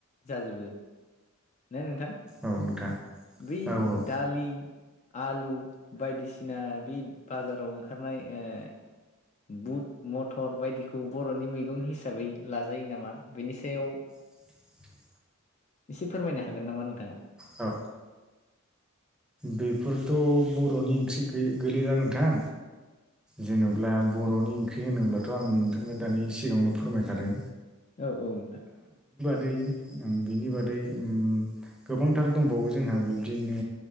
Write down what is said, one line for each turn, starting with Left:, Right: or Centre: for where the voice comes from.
Left: जाजोबो ना नोंथां
Centre: औ नोंथां
Left: बै
Centre: औ औ
Left: दालि आलु बायदिसिना बे बाजाराव ओंखारनाय ओ बुट मथर बायदिखौ बर' नि मैगं हिसाबै लाजायो नामा बेनि सायाव
Centre: <inaudible>
Left: एसे फोरमायनो हागोन नामा नोंथाङा?
Centre: औ बेफोरथ' बर नि ओंख्रि गोलैला नोंथां जेनब्ला बर नि ओंख्रि होनोब्लाथ आं नोंथांनो दानि सिगाङावनो फोरमायखादों
Left: औ औ नोंथां
Centre: दै बिनि बादै उम गोबांथार दंबावो जोंहा बिब्दिनो